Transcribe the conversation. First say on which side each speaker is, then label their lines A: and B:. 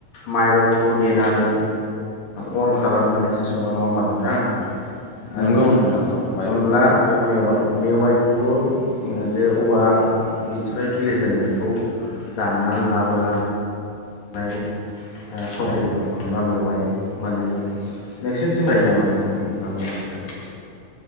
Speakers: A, on the left; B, on the left.
A: माइरंखौ देनानै ओ अन खालामनानैसो सङो। नङा होमबा नोंथां? आरो
B: नंगौ नोंथां औ माइरंखौ
A: अनला आरो मेवाइ मेवाइखौबो जे औवा बिथराइ खिलेजेननायखौ दाननान लाबोनान नै ओ <unintelligible> अनला मेवाइ मोननैजों नोंसिनिथिं लायो नामा नोंथां अनला मेवायखो।